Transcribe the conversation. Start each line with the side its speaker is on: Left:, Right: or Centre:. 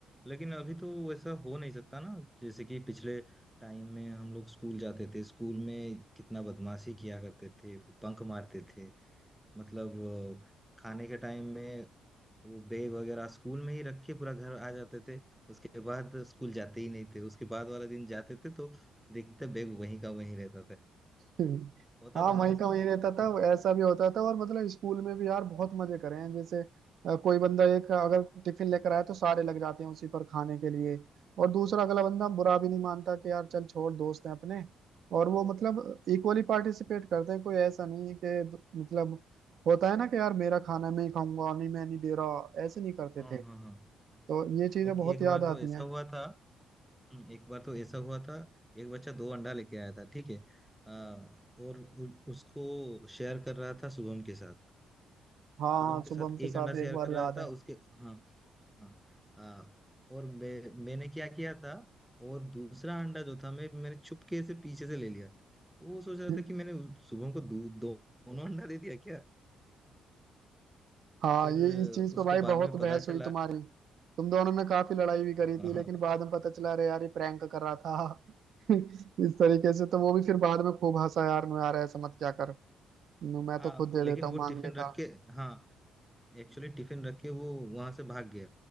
Centre: लेकिन अभी तो वैसा हो नहीं सकता ना जैसे कि पिछले टाइम में हम लोग स्कूल जाते थे स्कूल में कितना बदमाशी किया करते थे बंक मारते थे मतलब अ, खाने के टाइम में वो बैग वगैरह स्कूल में ही रख के पूरा घर आ जाते थे उसके बाद स्कूल जाते ही नहीं थे उसके बाद वाला दिन जाते थे तो देखते बैग वहीं का वहीं रहता था
Right: हम्म,
Centre: होता
Right: हाँ
Centre: था ना
Right: वहीं
Centre: ऐसा
Right: का वहीं रहता था
Centre: <laughs>
Right: ऐसा भी होता था और मतलब स्कूल में भी यार बहुत मजे करे हैं जैसे अ, कोई बंदा एक अगर टिफिन लेकर आए तो सारे लग जाते हैं उसी पर खाने के लिए और दूसरा अगला बंदा बुरा भी नहीं मानता कि यार चल छोड़ दोस्त हैं अपने और वो मतलब इक्वली पार्टिसिपेट करते हैं कोई ऐसा नहीं है कि द- मतलब होता है ना कि यार मेरा खाना मैं ही खाऊंगा और नहीं मैं नहीं दे रहा ऐसे नहीं करते
Centre: हाँ
Right: थे
Centre: हाँ हाँ
Right: तो ये चीजें
Centre: एक
Right: बहुत
Centre: एक
Right: याद
Centre: बार
Right: आती
Centre: तो ऐसा
Right: हैं
Centre: हुआ था हम्म, एक बार तो ऐसा हुआ था एक बच्चा दो अंडा लेके आया था ठीक है आ, और उ, उसको शेयर कर रहा था शुभम के साथ
Right: हाँ
Centre: शुभम
Right: हाँ
Centre: के
Right: शुभम
Centre: साथ
Right: के
Centre: एक
Right: साथ
Centre: अंडा
Right: एक
Centre: शेयर
Right: बार
Centre: कर
Right: याद
Centre: रहा था उसके हाँ हाँ हाँ और मैं मैंने क्या किया था और दूसरा अंडा जो था मैं मैंने चुपके से पीछे से ले लिया वो सोच रहा
Right: है
Centre: था कि मैंने उस- शुभम को दो दो- दोनों अंडा दे दिया क्या
Right: हाँ
Centre: फिर
Right: ये इस चीज
Centre: उसको
Right: पे भाई
Centre: बाद
Right: बहुत
Centre: में पता
Right: बहस
Centre: चला
Right: हुई तुम्हारी तुम दोनों ने काफी लड़ाई भी करी थी
Centre: हाँ हाँ
Right: लेकिन बाद में पता चला अरे यार ये प्रैंक कर रहा था <laughs> इस तरीके से तो वो भी फिर बाद में खूब हंसा यार नु यार ऐसा मत क्या कर नु मैं
Centre: हाँ,
Right: तो खुद दे
Centre: लेकिन
Right: देता हूँ
Centre: वो
Right: मांग
Centre: टिफिन
Right: लेता
Centre: रख के हाँ एक्चुअली टिफिन रख के वो वहां से भाग गया